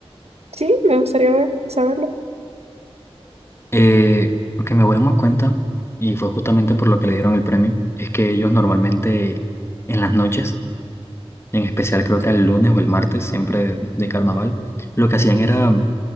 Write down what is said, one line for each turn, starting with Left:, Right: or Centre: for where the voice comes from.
Right: Sí, me gustaría ver- saberlo.
Left: Eh, lo que mi abuelo me cuenta, y fue justamente por lo que le dieron el premio, es que ellos normalmente en las noches en especial creo que el lunes o el martes, siempre de, de carnaval, lo que hacían era